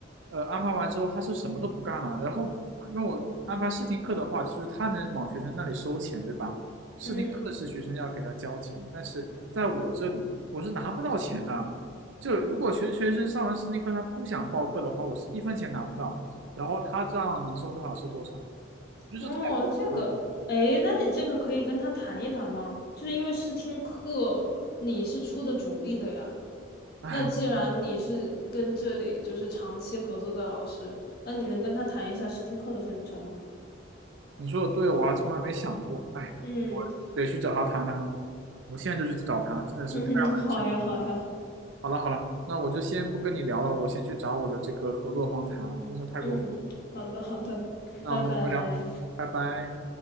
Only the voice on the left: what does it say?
嗯，
哦，这个，哎，那你这个可以跟他谈一谈吗？就是因为试听课你是出的主力的呀。
那既然你是跟这里就是长期合作的老师，那你能跟他谈一下试听课的分成吗？
嗯
<laughs> 嗯，好呀好呀，
嗯，好的好的，
拜拜。